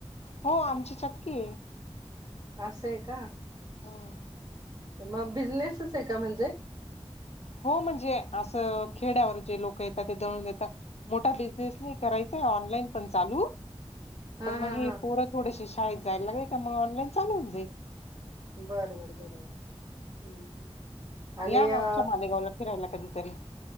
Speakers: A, on the left; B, on the right.
A: हो आमची चक्कीये.
B: असं आहे का,
A: ह
B: मग बिझनेसच आहे का म्हणजे?
A: हो म्हणजे असं खेड्यावर जे लोक येतात ते दळून येतात. मोठा बिझनेस नाही, करायचा ऑनलाईन पण चालू.
B: हा
A: पण मग
B: हा
A: हे
B: हा
A: पोरं थोडसे शळेत जाय लागले का मग ऑनलाईन चालू होऊन जाईल.
B: बरोबर बरोबर. हम्म आणि
A: या ना
B: अ
A: आमच्या मालेगावला फिरायला कधीतरी